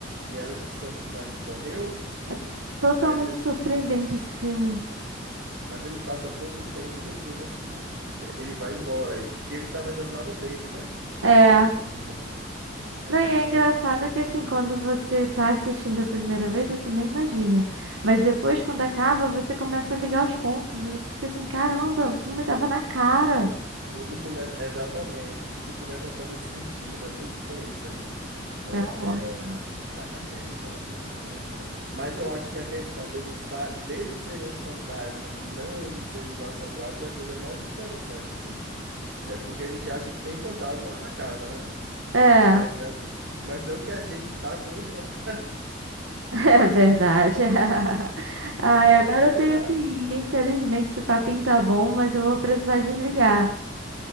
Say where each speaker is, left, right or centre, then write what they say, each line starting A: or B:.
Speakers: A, on the right; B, on the right.
A: E ela descobre que o marido morreu,
B: É totalmente
A: mas ele
B: surpreendente esse filme.
A: Mas ele passa pouco tempo e depois acho que eh, ele vai embora aí, porque ele está na jornada dele, né? De
B: É.
A: encontro dele, assim. É
B: Não,
A: muito.
B: e é engraçado que assim, quando você tá assistindo a primeira vez, você nem imagina. Mas depois, quando acaba, você começa a ligar os pontos e você fica assim, caramba, o filme tava na cara.
A: Tudo começa. Exatamente, tudo começa a fazer sentido. É muito bom isso aí, né?
B: É ótimo.
A: É, a, a- a questão do, do- da história. Mas eu acho que a questão deles estar, deles serem os fantasmas e não eles serem os assombrados é a coisa mais interessante, assim. É porque a gente acha que tem fantasma na casa, né?
B: É,
A: Mas não, mas não que a gente tá com um fantasma
B: <laughs> é verdade. <laughs> Ai,
A: Ah,
B: agora
A: olha,
B: eu tenho que ir.
A: ma-
B: Infelizmente, esse papinho tá bom, mas eu vou precisar desligar.